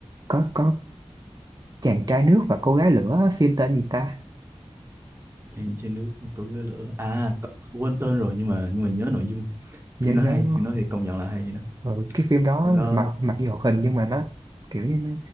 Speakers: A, on the right (about 40°); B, on the right (about 20°).
A: có có chàng trai nước và cô gái lửa á, phim tên gì ta
B: trên trên nước có ghế lửa à có- quên tên rồi nhưng mà nhưng mà nhớ nội dung
A: nhớ
B: phim
A: nhớ
B: nó hay
A: đúng
B: phim
A: không
B: nó thì công nhận là hay đó
A: ừ, cái phim đó
B: phim nó
A: là mặc mặc dù hoạt hình nhưng mà nó kiểu như nó-